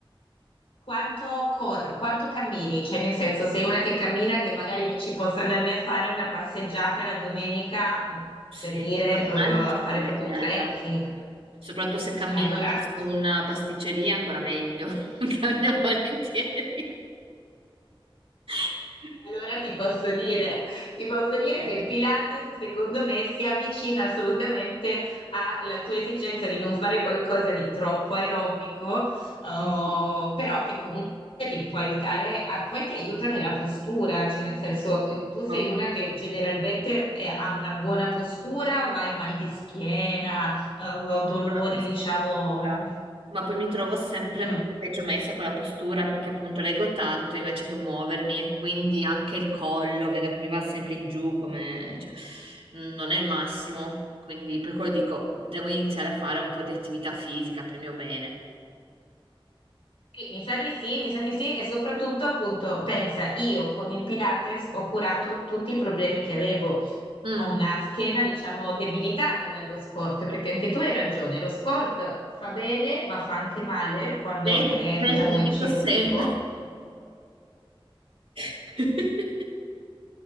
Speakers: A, on the left; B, on the right.
A: Quanto, cor- quanto cammini? Cioè, nel senso, sei una che cammina, che magari dici posso andarmi a fare una passeggiata la domenica,
B: Sì,
A: per dire,
B: camminare
A: eh, a
B: non c'è
A: fare
B: problema
A: proprio
B: in
A: un
B: realtà.
A: trekking.
B: Soprattutto se cammino
A: Allora,
B: verso una pasticceria, ancora meglio. <laughs> Cammino volentieri. <laughs>
A: Allora ti posso dire, ti posso dire
B: Ok.
A: che il Pilates secondo me si avvicina assolutamente alla tua esigenza di non fare qualcosa di troppo aerobico, eh,
B: Mm.
A: però che comunque ti può aiutare, a- poi ti aiuta nella postura, cioè nel senso mm, tu
B: Ecco.
A: sei una che generalmente eh, ha una buona postura o hai mal di schiena, eh,
B: con
A: dolori,
B: la pessima
A: diciamo...
B: postura, ma poi mi trovo sempre
A: mm.
B: m- peggio messa con la postura perché appunto leggo tanto invece che muovermi e quindi anche il collo, vedo che mi va sempre in giù come cioè, non è il massimo, quindi per quello dico devo iniziare a fare un po' di attività fisica per il mio bene.
A: Sì, mi sa di sì, mi sa di sì e soprattutto appunto pensa, io con il Pilates ho curato tutti i problemi che avevo.
B: Mm.
A: Ho una schiena, diciamo, debilitata dallo sport, perché anche tu hai ragione, lo sport fa bene, ma fa anche male quando
B: Vedi,
A: è,
B: vedi,
A: diciamo, eccessivo.
B: dico sempre. <laughs>